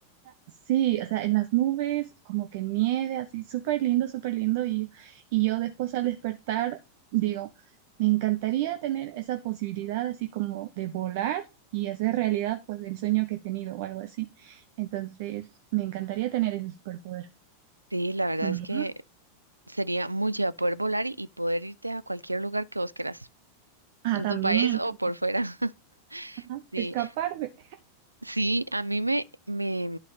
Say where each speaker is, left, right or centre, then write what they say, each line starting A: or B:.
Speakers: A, on the right; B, on the right.
A: Sí, o sea, en las nubes, como que nieve, así, súper lindo, súper lindo. Y, y yo después al despertar digo, me encantaría tener esa posibilidad así como de volar y hacer realidad pues el sueño que he tenido o algo así. Entonces, me encantaría tener ese superpoder.
B: Sí, la verdad
A: Ujú.
B: es que Sería muy chévere poder volar y, y poder irte a cualquier lugar que vos quieras,
A: Ah,
B: en
A: también,
B: tu país <laughs> o
A: también.
B: por fuera. <laughs>
A: Ajá,
B: Sí,
A: Escaparme.
B: sí, a mí me, me,